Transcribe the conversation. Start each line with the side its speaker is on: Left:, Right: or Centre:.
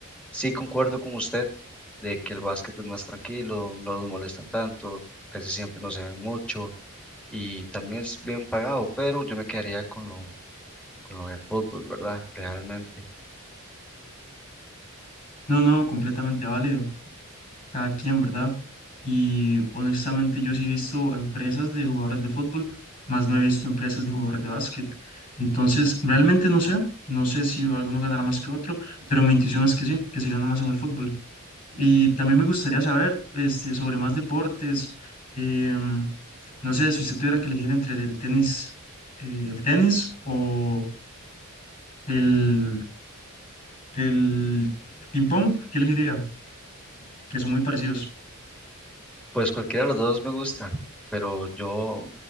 Centre: Sí, concuerdo con usted de que el básquet es más tranquilo, no los molestan tanto, casi siempre no se ven mucho y también es bien pagado, pero yo me quedaría con lo, con lo del fútbol, ¿verdad? Realmente.
Left: No, no, completamente válido. Cada quien, ¿verdad? Y honestamente yo sí he visto empresas de jugadores de fútbol, más no he visto empresas de jugadores de básquet. Entonces, realmente no sé, no sé si alguno ganará más que otro, pero mi intuición es que sí, que se gana más en el fútbol. Y también me gustaría saber este, sobre más deportes. em, No sé si usted tuviera que elegir entre el tenis, eh, el tenis o el, el ping-pong, ¿qué elegiría? Que son muy parecidos.
Centre: Pues cualquiera de los dos me gusta, pero yo